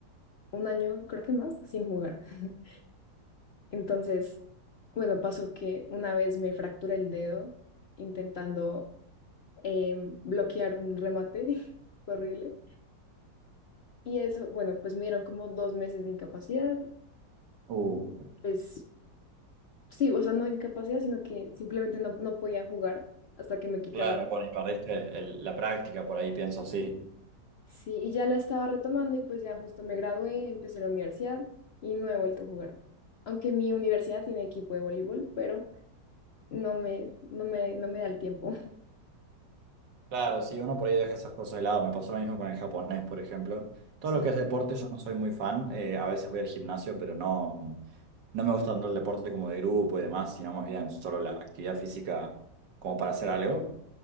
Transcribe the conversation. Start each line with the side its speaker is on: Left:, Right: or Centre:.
Left: un año, creo que más, sin jugar. <laughs> Entonces, bueno, pasó que una vez me fracturé el dedo intentando em, bloquear un remate <laughs> horrible. Y eso, bueno, pues me dieron como dos meses de incapacidad.
Right: Uh,
Left: Pues sí, o sea, no incapacidad, sino que simplemente no, no podía jugar hasta que me quitaran
Right: claro, bueno, y perdiste el- la práctica por ahí, pienso, sí.
Left: Sí, y ya la estaba retomando y pues ya justo me gradué, empecé la universidad y no he vuelto a jugar. Aunque mi universidad tiene equipo de voleibol, pero no me, no me, no me da el tiempo. <laughs>
Right: Claro, sí, uno por ahí deja esas cosas de lado. Me pasó lo mismo con el japonés, por ejemplo. Todo
Left: Sí.
Right: lo que es deporte, yo no soy muy fan. eh, a veces voy al gimnasio, pero no, no me gusta tanto el deporte como de grupo y demás, sino más bien solo la actividad física como para hacer algo.